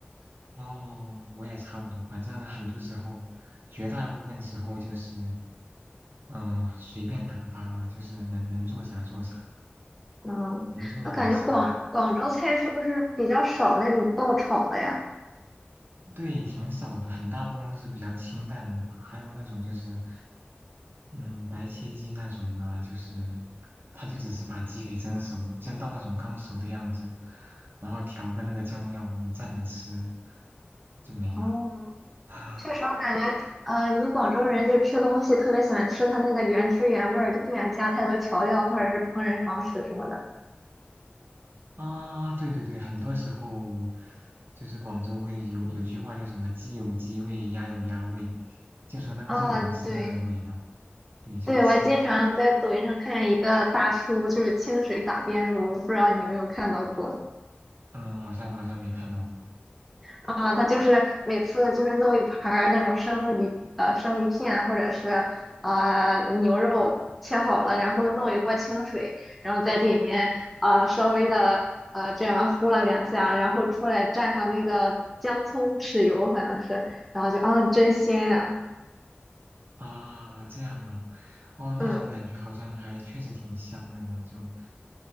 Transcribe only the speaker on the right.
哦，我也差不多。反正很多时候，绝大部分时候就是，嗯、随便打发吧，就是能能做啥做啥，
能做一点是一点。
对，挺少的，很大部分都是比较清淡的吧。还有那种就是。嗯，白切鸡那种啊，就是他就只是把鸡给蒸熟，蒸到那种刚熟的样子，然后调个那个酱料，你蘸着吃就没了。
<sighs>
啊，对对对，很多时候就是广州会有有句话叫什么“鸡有鸡味，鸭有鸭味”，就说那个肉本身的那个味道。
对，就是吃，
嗯，好像好像没看到过。
啊，这样啊，哦，那种感觉好像还确实挺香的呢，
就